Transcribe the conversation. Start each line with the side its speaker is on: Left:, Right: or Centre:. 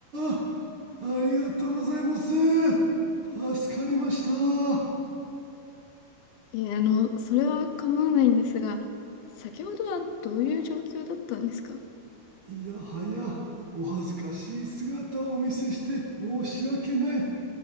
Right: あありがとうございます助かりました。
Left: いや、あの、それは構わないんですが、先ほどはどういう状況だったんですか
Right: いやはやお恥ずかしい姿をお見せして申し訳ない